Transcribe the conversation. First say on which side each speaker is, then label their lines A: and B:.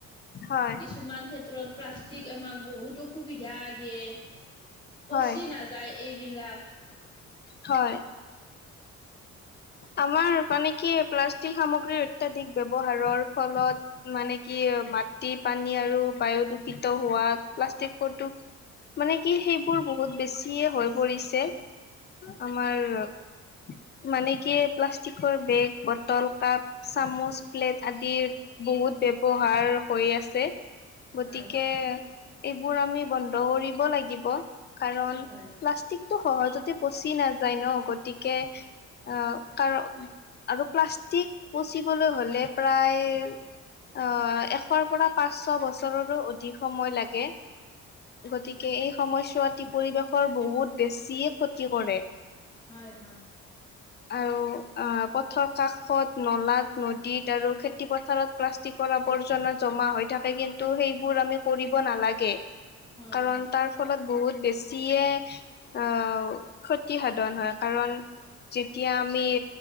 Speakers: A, on the left (about 35°); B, on the left (about 15°).
A: হয়,
B: কিছুমান ক্ষেত্ৰত প্লাষ্টিক আমাক বহুত অসুবিধা দিয়ে। পচি
A: হয়।
B: নাযায় এইবিলাক
A: হয়। আমাৰ মানে কি। প্লাষ্টিক সামগ্ৰীৰ অত্যাধিক ব্যৱহাৰৰ ফলত মানে কি মাটি, পানী আৰু বায়ু দূষিত হোৱা প্লাষ্টিক মানে কি সেইবোৰ বহুত বেছিয়ে হৈ পৰিছে। আমাৰ মানে কি প্লাষ্টিকৰ বেগ, বটল, কাপ, চামুচ, প্লেট আদিৰ বহুত ব্যৱহাৰ হৈ আছে। গতিকে
B: হয়
A: এইবোৰ আমি বন্ধ কৰিব লাগিব। কাৰণ
B: হয়
A: প্লাষ্টিকটো সহজতে পচি নাযায় ন গতিকে অহ কাৰণ আৰু প্লাষ্টিক পচিবলৈ হ'লে প্ৰায় আহ এশৰ পৰা পাঁচ ছ বছৰৰো অধিক সময় লাগে। গতিকে এই সময়ছোৱাত পৰিৱেশৰ বহুত বেছিয়ে ক্ষতি কৰে।
B: হয়-হয়।
A: আৰু অহ পথৰ কাষত নলাত নদীত আৰু খেতি পথাৰত প্লাষ্টিকৰ আৱৰ্জনা জমা হৈ থাকে কিন্তু সেইবোৰ আমি কৰিব নালাগে।
B: হয়
A: কাৰণ তাৰ ফলত বহুত বেছিয়ে ক্ষতি সাধন হয় কাৰণ যেতিয়া আমি